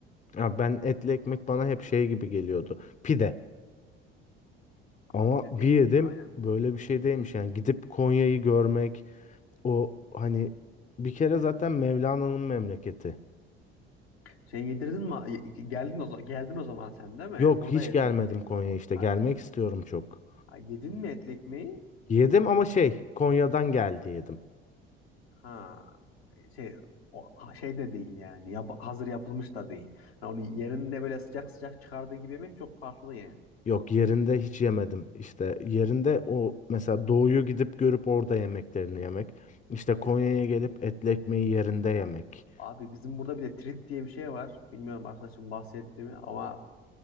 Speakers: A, on the left; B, on the left.
A: Ya ben etli ekmek bana hep şey gibi geliyordu. Pide. Ama
B: İşte değil.
A: bir yedim
B: Aynen.
A: böyle bir şey değilmiş yani gidip Konya'yı görmek o hani bir kere zaten Mevlana'nın memleketi.
B: Şey yedirdin mi? Geldin o zaman, geldin o zaman sen değil mi?
A: Yok
B: Burada
A: hiç
B: yedin
A: gelmedim
B: şey.
A: Konya işte
B: Ha,
A: gelmek istiyorum çok.
B: ha, yedin mi etli ekmeği?
A: Yedim ama şey Konya'dan geldi yedim.
B: Ha şey o, ha, şey de değil yani Yap- hazır yapılmış da değil. Yani onu yerinde böyle sıcak sıcak çıkardığı gibi yemek çok farklı yani.
A: Yok yerinde hiç yemedim. İşte yerinde o mesela doğuyu gidip görüp orada yemeklerini yemek. İşte Konya'ya gelip etli ekmeği yerinde yemek.
B: Abi bizim burada bir de trit diye bir şey var. Bilmiyorum arkadaşım bahsetti mi ama